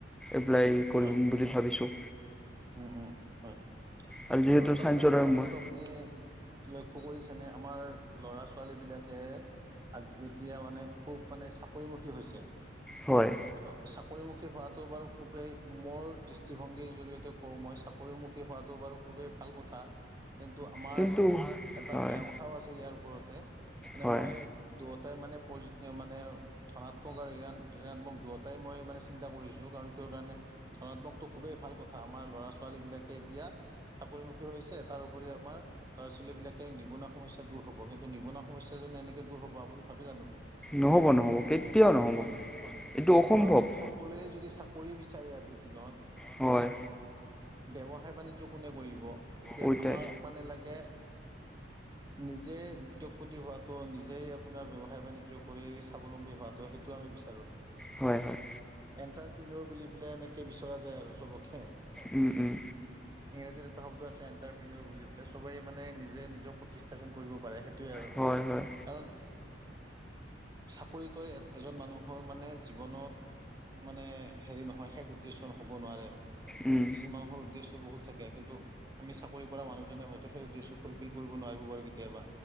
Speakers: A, in the centre; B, on the right.
A: এপ্লাই কৰিম
B: হয়
A: বুলি ভাবিছোঁ।
B: উম, উম, হয়, তাৰপিছত
A: আৰু যিহেতু ছাইন্সৰ
B: আপোনাৰ এটা বস্তু
A: মই
B: আপুনি লক্ষ্য কৰিছেনে আমাৰ ল'ৰা ছোৱালীবিলাকে আজ এতিয়া মানে খুব মানে চাকৰিমুখী হৈছে।
A: হয়।
B: ত' চাকৰিমুখী হোৱাটো বাৰু খুবেই মোৰ দৃষ্টিভংগীৰ জৰিয়তে কও মই চাকৰিমুখী হোৱাটো বাৰু খুবেই ভাল কথা। কিন্তু আমাৰ
A: কিন্তু
B: এটা
A: হয়
B: বেয়া কথাও আছে ইয়াৰ ওপৰতে মানে
A: হয়
B: মই দুয়টাই মানে প মানে ধনাত্মক আৰু ঋণ-ঋণাত্মক দুয়োটাই মই মানে চিন্তা কৰি আছোঁ কাৰণ কাৰণে ধনাত্মকটো খুবেই ভাল কথা, আমাৰ ল'ৰা ছোৱালীবিলাকে এতিয়া চাকৰিমুখী হৈছে তাৰোপৰি আমাৰ ল'ৰা ছোৱালীবিলাকে নিবনুৱা সমস্যা দূৰ হ'ব কিন্তু নিবনুৱা সমস্যা জনে এনেকে দূৰ হ'ব আপুনি ভাবে জানো?
A: নহ'ব নহ'ব কেতিয়াও নহ'ব,
B: হয়
A: এইটো অসম্ভৱ।
B: কাৰণ সকলোৱে যদি চাকৰি বিচাৰে আজিৰ দিনত
A: হয়।
B: মানে ব্যৱসায় বাণিজ্য কোনে কৰিব, এতিয়া
A: উইটাই
B: আমাক মানে লাগে নিজেই উদ্যোগপতি হোৱাটো, নিজেই আপোনাৰ ব্যৱসায় বাণিজ্য কৰি স্বাৱলম্বী হোৱাটো সেই টো আমি বিচাৰো।
A: হয় হয়।
B: এণ্টাৰপ্ৰিনৰ বুলি পেলাই এনেকৈ বিচৰা যায় আৰু চবকে।
A: উম, উম।
B: ইংৰাজী এটা শব্দ আছে এণ্টাৰপ্ৰৰ বুলি পেলাই, চবে মানে নিজে নিজক প্ৰতিষ্ঠা চন কৰিব পাৰে সেই টোৱেই আৰু
A: হয় হয়
B: কাৰণ চাকৰিত এ, এজন মানুহৰ মানে জীৱনত মানে হেৰি নহয় শেষ উদ্দেশ্য হ'ব নোৱাৰে,
A: উম
B: এজন মানুহৰ উদ্দেশ্য বহুত থাকে কিন্তু আমি চাকৰি কৰা মানুহজনে হয়তো সেই উদ্দেশ্য ফুলফিল কৰিব নোৱাৰিব পাৰোঁ কেতিয়াবা।